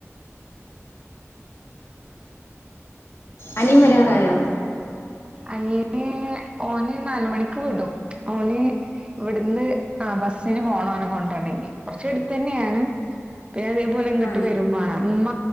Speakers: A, on the left; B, on the right.
A: അനിയൻ വരാറായോ?
B: അനിയനെ ഓനെ നാലു മണിക്ക് വിടും ഓനെ ഇവിടുന്ന് ആ ബസ്സിന് പോണം അവനെ കൊണ്ടുവരണെങ്കിൽ കൊറച്ച് അടുത്ത് തന്നെയാണ് പിന്നെ അതേപോലെ ഇങ്ങോട്ട്
A: ആണോ
B: വരുംവേണം. ഉമ്മ